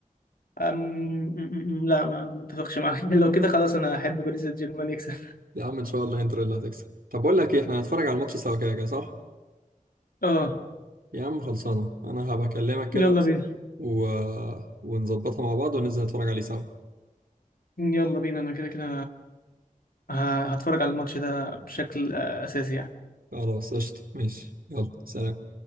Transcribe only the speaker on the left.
أم... أم- أم- لا ما ما اتفقش معاك <laughs> لو كده خلاص انا احب باريس سان جيرمان يكسب
<laughs> اه
يلا
بينا
يلا بينا انا كده كده ه- هتفرج على الماتش ده بشكل آه، اساسي يعني